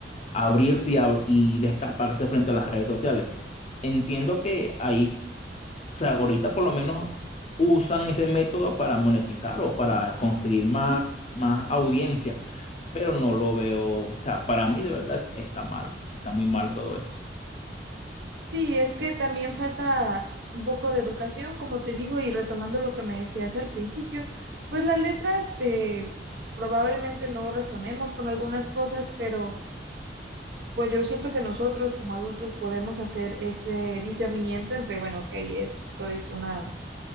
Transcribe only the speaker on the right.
Sí, es que también falta un poco de educación, como te digo, y retomando lo que me decías al principio, pues las letras eh, probablemente no resonemos con algunas cosas, pero pues yo siento que nosotros como adultos podemos hacer ese discernimiento entre, bueno, ok, esto es una